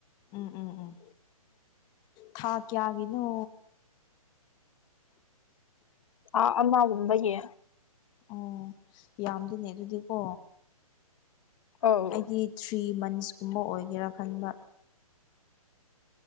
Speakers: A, on the left; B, on the left.
A: ꯎꯝ ꯎꯝ ꯎꯝ ꯊꯥ ꯀꯌꯥꯒꯤꯅꯣ
B: ꯑꯥ ꯑꯅꯥꯒꯨꯝꯕꯒꯤ
A: ꯑꯣ ꯌꯥꯝꯗꯤꯅꯦ ꯑꯗꯨꯗꯤꯀꯣ
B: ꯑꯧ
A: ꯑꯩꯒꯤ ꯊ꯭ꯔꯤ ꯃꯟꯁꯀꯨꯝꯕ ꯑꯣꯏꯒꯦꯔꯥ ꯈꯟꯕ